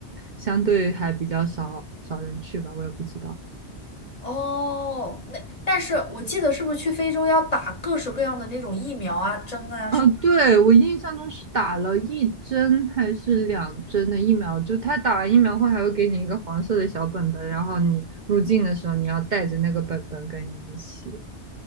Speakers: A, on the right (about 50°); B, on the left (about 35°).
A: 相对还比较少少人去吧，我也不知道。
B: 哦，那但是我记得是不是去非洲要打各式各样的那种疫苗啊、针啊什么？
A: 啊，对，我印象中是打了一针还是两针的疫苗，就他打完疫苗后还会给你一个黄色的小本本，然后你入境的时候你要带着那个本本跟你一起。